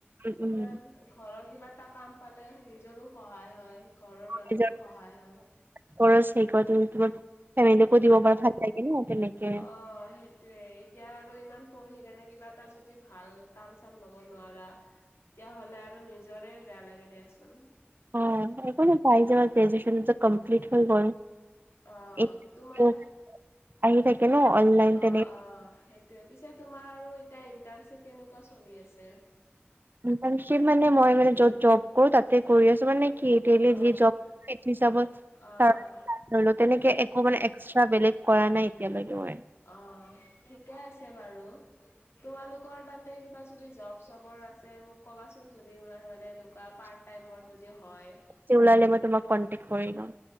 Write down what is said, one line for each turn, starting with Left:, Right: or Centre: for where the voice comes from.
Right: উম উম
Left: ইমান ঘৰৰ কিবা এটা কাম পালে নিজৰো সহায় হয় ঘৰৰ মানুহৰো
Right: নিজৰ
Left: সহায় হয়।
Right: খৰচ সেই <unintelligible> ফেমিলিকো দিব পাৰা ভাল লাগে ন তেনেকে।
Left: অ', সেই <unintelligible> এতিয়া আৰু ইমান পঢ়ি কিনে কিবা এটা যদি ভাল কাম চাম ল'ব নোৱাৰা। তেতিয়াহ'লে আৰু নিজৰে বেয়া লাগে দিয়াচোন।
Right: অ', একো নাই পাই যাবা গ্ৰেজুৱেচন কমপ্লিট হৈ গ'ল
Left: অ',
Right: <unintelligible>
Left: তোমাৰ
Right: আহি থাকেনো অনলাইন
Left: অ',
Right: তেনে
Left: অ', সেই পিছে তোমাৰ আৰু এতিয়া ইন্টাৰ্নশ্বিপ কেনেকুৱা চলি আছে?
Right: ইণ্টাৰ্নচিপ মানে মই মানে যত জব কৰো তাতে কৰি আছোঁ মানে কি ডেইলী
Left: অ',
Right: যি জব এইটো হিচাবত
Left: অ',
Right: তাৰ ধলও তেনেকে একো মানে এক্সট্ৰা বেলেগ কৰা নাই। এতিয়ালৈকে হোৱাই
Left: অ, ঠিকে আছে বাৰু। তোমালোকৰ তাতে কিবা যদি জব চবৰ আছে মোক কবাচোন যদি ম মানে বা পাৰ্ট টাইমৰ যদি হয়।
Right: তে ওলালে মই তোমাক কন্টে্ক কৰি লম।